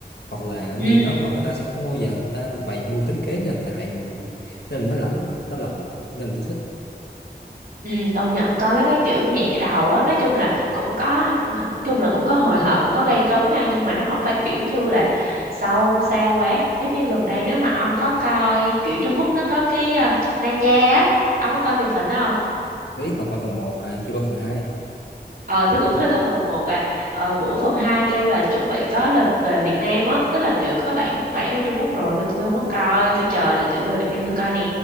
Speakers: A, on the left (about 70°); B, on the right (about 55°).
A: hoặc là
B: ừ
A: cái gì đó mà người ta sẽ không bao giờ người ta bày mưu tính kế để người ta hại người nên nó lạnh nó lạnh nên tôi thích
B: ừ công nhận coi mấy đó kiểu nhẹ đầu á nói chung là
A: ừ.
B: cũng có nói chung là cũng có hồi hộp cũng có gây cấn ha nhưng mà nó không phải kiểu như là sâu xa quá giống như gần đây nếu mà ông có coi kiểu Trung Quốc nó có cái ờ, Na Cha á ông có coi truyền hình đó không
A: biết mà coi phần một mà chưa có phần hai
B: Ờ, tôi cũng mới coi phần một à. Ờ, bữa phần 2 kêu là chuẩn bị có lịch về Việt Nam á, tức là kiểu có bản bản bên Trung Quốc rồi mà tôi không có coi, tôi chờ là kiểu về Việt Nam tôi coi nè.